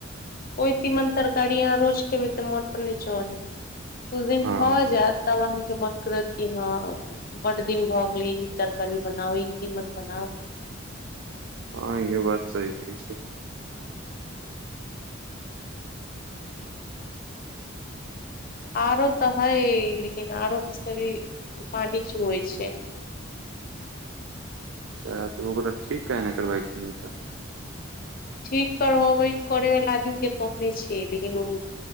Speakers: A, on the left; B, on the right.
A: ओहि तीमन तरकारी यहाँ रोज खेबै तऽ मोन पर नै चढ़त कुछु दिन
B: हँ
A: भऽ
B: हँ
A: जायत तब अहाँ के मन करत कि हँ बड दिन भ गेल ई तरकारी बनाउ ई तीमन बनाओ
B: हँ इहो बात सही कहै छी
A: ह्म आरो तऽ है लेकिन आरो मे से अभी पानि चुवइ छै
B: अच्छा तऽ ओकरा ठीक काहे ने करबै छियै तऽ
A: ठीक करबै करै वाला आदमी के कहने छियै लेकिन ओ